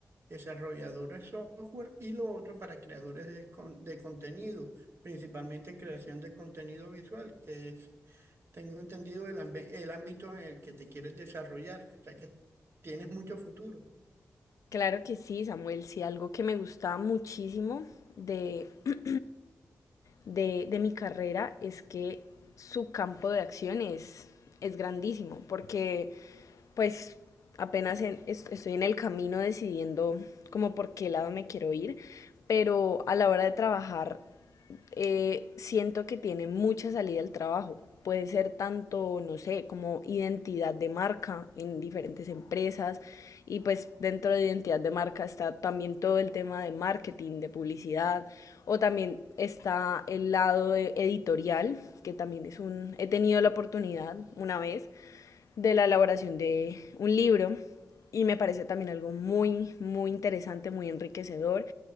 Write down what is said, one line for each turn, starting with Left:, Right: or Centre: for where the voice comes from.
Right: desarrolladores software y lo otro para creadores de, con- de contenido, principalmente creación de contenido visual, que es, tengo entendido, el, ambe- el ámbito en el que te quieres desarrollar, o sea que tienes mucho futuro.
Left: Claro que sí, Samuel. Sí, algo que me gusta muchísimo de, <clears throat> de, de mi carrera es que su campo de acción es, es grandísimo, porque pues apenas en- es- estoy en el camino decidiendo como por qué lado me quiero ir, pero a la hora de trabajar eh, siento que tiene mucha salida al trabajo. Puede ser tanto, no sé, como identidad de marca en diferentes empresas. Y pues dentro de identidad de marca está también todo el tema de marketing, de publicidad. O también está el lado de- editorial, que también es un... He tenido la oportunidad una vez de la elaboración de un libro y me parece también algo muy, muy interesante, muy enriquecedor.